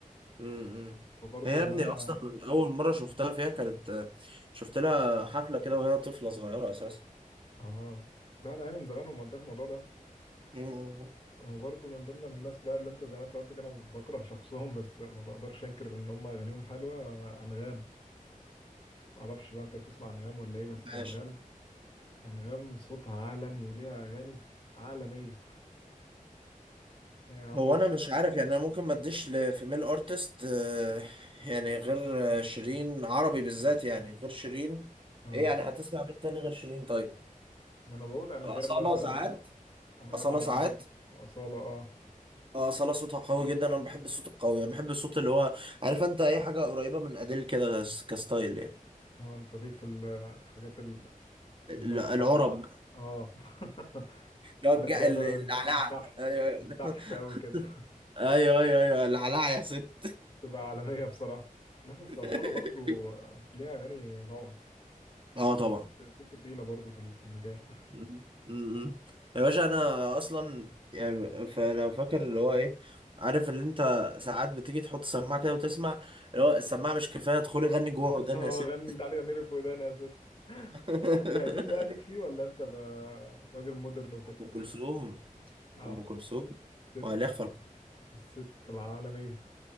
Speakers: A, on the right (about 35°); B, on the left (about 40°).
A: امم
B: وبرضه
A: هي يا
B: اللي
A: ابني
B: اه انا
A: اصلا اول مره شفتها فيها كانت شفت لها حفله كده وهي طفله صغيره اساسا
B: اه ده انا هي من زمان ومقدر في الموضوع ده
A: امم
B: وبرضه من ضمن الناس بقى اللي انت زي ما انت قلت كده انا بكره شخصهم بس ما بقدرش انكر ان هم اغانيهم حلوه انغام ما اعرفش بقى انت بتسمع انغام ولا ايه بس
A: ماشي
B: انغام انغام صوتها عالمي وليها اغاني عالميه يعني عامله
A: هو انا مش عارف يعني انا ممكن ما اديش لفيميل ارتست آه، يعني غير آه، شيرين عربي بالذات يعني غير شيرين
B: اه
A: ايه يعني هتسمع مين تاني غير شيرين طيب
B: ما انا بقول انغام
A: أصالة
B: مثلا
A: ساعات
B: انغام
A: أصالة
B: عالميه
A: ساعات
B: واصاله اه
A: اه أصالة صوتها قوي جدا انا بحب الصوت القوي يعني بحب الصوت اللي هو عارف انت اي حاجه قريبه من اديل كده كستايل يعني
B: اه انت ليك في الحاجات اللي
A: العرب
B: هي بتبقى اه <laughs>
A: اللي
B: اللي
A: هو الج- ال-
B: هي جايبه
A: العلعه
B: من من تحت
A: ايوه
B: من
A: <laughs>
B: تحت قوي كده
A: ايوه ايوه ايوه العلعه يا ست
B: <laughs> تبقى عالميه بصراحه لا بس
A: <laughs>
B: أصالة برضو ليها أغاني روعة
A: اه طبعا
B: ست تقيلة برضو في ال- في المجال
A: م- م- يا باشا انا اصلا يعني فلو فاكر اللي هو ايه عارف ان انت ساعات بتيجي تحط سماعه كده وتسمع اللي هو السماعه مش كفايه ادخلي غني جوه
B: <laughs>
A: ودان
B: اه
A: يا ست
B: غني تعالي غني لي في وداني يا ست
A: <laughs>
B: القديم بقى ليك فيه ولا أنت بقى راجل مودرن وكده
A: ام كلثوم
B: اه
A: ام كلثوم
B: ست
A: وهل يخفى
B: الست العالمية